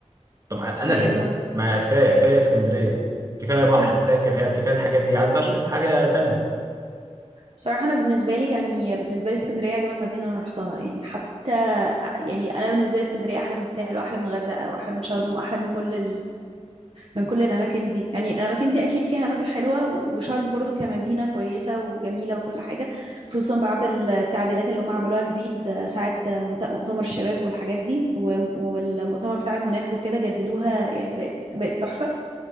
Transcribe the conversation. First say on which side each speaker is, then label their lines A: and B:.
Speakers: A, on the right; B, on the right.
A: طب انا
B: أيوة
A: زهقت ما كفاية كفاية اسكندرية كفاية بحر
B: مم.
A: كفاية كافيهات كفاية الحاجات دي عايز بقى اشوف حاجة تانية
B: بصراحة أنا بالنسبة لي يعني بالنسبة لي اسكندرية أجمل مدينة أنا رحتها يعني حتى آه، يعني أنا بالنسبة لي اسكندرية أحلى من الساحل وأحلى من الغردقة وأحلى من شرم وأحلى من كل من كل الأماكن دي يعني الأماكن دي أكيد فيها أماكن حلوة و- وشرم برضو كمدينة كويسة وجميلة وكل حاجة خصوصا بعد التعديلات اللي هم عملوها جديد ساعة منت- مؤتمر الشباب والحاجات دي و- والمؤتمر بتاع المناخ وكده جددوها يعني بقت بقت تحفة